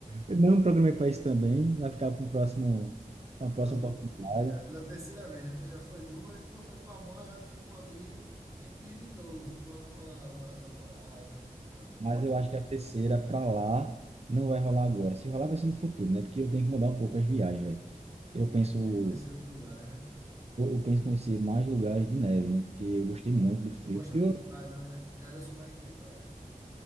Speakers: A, on the right; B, on the right.
A: Eu não programei para isso também, vai ficar para um próximo, uma
B: Próximo,
A: próxima oportunidade.
B: é, pela terceira vez, né? Porque já foi duas, uma foi com a mãe, outra foi com um amigo. Tem que ir de novo, com uma, uma- uma namorada, um amigo,
A: Mas eu acho que a terceira para lá não vai rolar agora. Se rolar, vai ser no futuro, né? Porque eu tenho que mudar um pouco as viagens, velho. Eu penso
B: é conhecer outros lugares, né?
A: Eu, eu penso em conhecer mais lugares de neve, né? Porque eu gostei muito do frio.
B: Não gosta
A: Frio,
B: muito de praia, não. Eu- já eu sou mais fã de praia.